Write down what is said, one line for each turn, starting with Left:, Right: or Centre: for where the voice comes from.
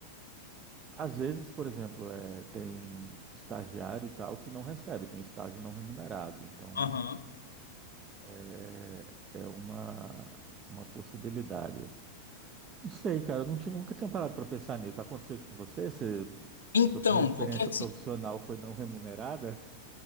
Right: às vezes, por exemplo, é, tem estagiário e tal que não recebe, tem estágio não remunerado. Então
Left: Aham.
Right: é, é uma, uma possibilidade. Não sei, cara, eu não tinha, nunca tinha parado para pensar nisso. Aconteceu isso com você? Você-
Left: Então,
Right: Sua primeira experiência
Left: porque assim.
Right: profissional foi não remunerada?